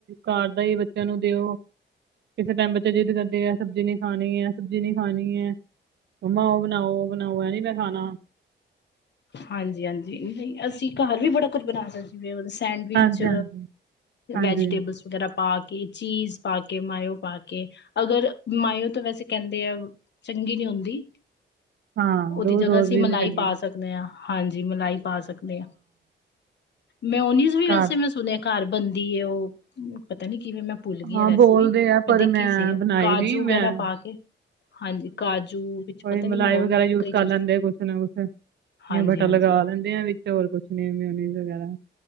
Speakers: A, on the right; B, on the left.
A: ਘਾਰ ਦਾ ਬੱਚਿਆਂ ਨੂੰ ਦਿਓ। ਕਿਸੇ ਟਾਈਮ ਬੱਚੇ ਜਿੱਦ ਕਰਦੇ, ਐ ਸਬਜ਼ੀ ਨੀ ਖਾਣੀ ਹੈ, ਸਬਜ਼ੀ ਨੀ ਖਾਣੀ ਹੈ। ਮੰਮਾ ਉਹ ਬਣਾਓ, ਉਹ ਬਣਾਓ, ਐਨੀ ਮੈਂ ਖਾਣਾ।
B: ਹਾਂਜੀ ਹਾਂਜੀ, ਨਹੀਂ ਅਸੀਂ ਘਰ ਵੀ ਬੜਾ ਕੁੱਝ ਬਣਾ ਸਕਦੇ ਜਿਵੇਂ ਉਹ ਸੈਂਡਵਿਚ,
A: ਹਾਂਜੀ ਹਾਂਜੀ ਹਾਂਜੀ
B: ਵੈਜੀਟੇਬਲ ਵਗੈਰਾ ਪਾ ਕੇ, ਚੀਜ਼ ਪਾ ਕੇ, ਮਾਇਓ ਪਾ ਕੇ ਅਗਰ ਮਾਇਓ ਤਾਂ ਵੈਸੇ ਕਹਿੰਦੇ ਆ, ਚੰਗੀ ਨਹੀਂ ਹੁੰਦੀ
A: ਹਾਂ
B: ਉਹਦੀ
A: ਰੋਜ਼
B: ਜਗ੍ਹਾ
A: ਰੋਜ਼
B: ਅਸੀਂ
A: ਵੀ
B: ਮਲਾਈ
A: ਨਹੀਂ ਚੰਗੀ
B: ਪਾ ਸਕਦੇ ਹਾਂ, ਹਾਂਜੀ ਮਲਾਈ ਪਾ ਸਕਦੇ ਹਾਂ। ਮੈਂਉਛਹਨੀਜ਼ ਵੀ ਵੈਸੇ
A: ਘਰ
B: ਮੈਂ ਸੁਣਿਆ ਘਰ ਬਣਦੀ ਹੈ ਉਹ, ਪਤਾ ਨੀ ਕਿਵੇਂ ਮੈਂ ਭੁੱਲ ਗਈ
A: ਹਾਂ
B: ਰੈਸਿਪੀ
A: ਬੋਲਦੇ ਆ ਪਰ
B: ਮੈਂ ਦੇਖੀ ਸੀ,
A: ਬਣਾਈ
B: ਕਾਜੂ
A: ਨੀ
B: ਵਗੈਰਾ
A: ਮੈਂ
B: ਪਾ ਕੇ ਹਾਂਜੀ, ਕਾਜੂ ਵਿੱਚ
A: ਕੋਈ
B: ਪਤਾ ਨੀ
A: ਮਲਾਈ
B: ਹੋਰ
A: ਵਗੈਰਾ
B: ਵੀ
A: ਯੂਜ
B: ਕਈ
A: ਕਰ
B: ਚੀਜ਼
A: ਲੈਂਦੇ ਆ, ਕੁਛ ਨਾ ਕੁਛ
B: ਹਾਂਜੀ
A: ਜਾਂ ਬਟਾ
B: ਹਾਂਜੀ
A: ਲਗਾ ਲੈਂਦੇ ਆ ਵਿੱਚ, ਹੋਰ ਕੁਛ ਨੀ ਮਉਨਿਸ ਵਗੈਰਾ